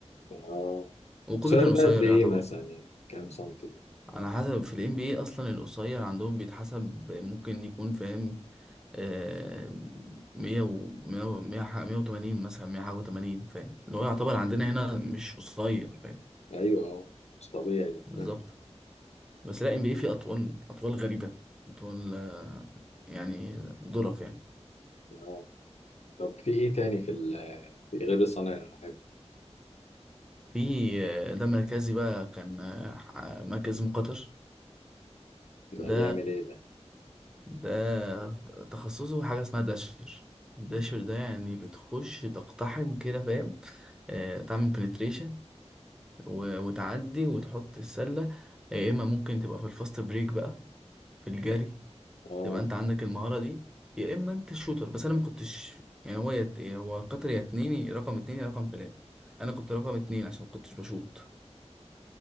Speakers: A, on the left; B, in the centre.
A: اه
B: وكوبي
A: الشهر
B: كان
A: ده
B: قصير
A: قد ايه
B: يعتبر
A: مثلا يعني كام سنتي
B: على حسب في الام بي اصلا القصير عندهم بيتحسب ممكن يكون فاهم آه، مية و مية و- مية ح- مية وتمانين مثلا مية حاجة وتمانين فاهم اللي هو يعتبر عندنا هنا مش قصير فاهم
A: ايوه اه مش طبيعي ده
B: بالظبط
A: اه
B: بس لا ام بي اي فيه أطوال أطوال غريبة أطوال آه، يعني ظرف يعني
A: آه. طب في ايه تاني في ال في غير صانع الالعاب
B: في آه، ده مركزي بقى كان آه، ح- مركز من قطر
A: ده
B: ده
A: بيعمل ايه ده
B: ده تخصصه حاجة اسمها داشر الداشر ده يعني بتخش تقتحم كده فاهم آه، تعمل بنتريشن و- وتعدي وتحط السلة آه، يا إما ممكن تبقى في الفاست بريك بقى في الجري
A: اه
B: تبقى أنت عندك المهارة دي يا إما أنت الشوتر بس أنا ما كنتش يعني هو يت... هو قطر يا اتنين يا رقم اتنين يا رقم تلاتة أنا كنت رقم اتنين عشان ما كنتش بشوط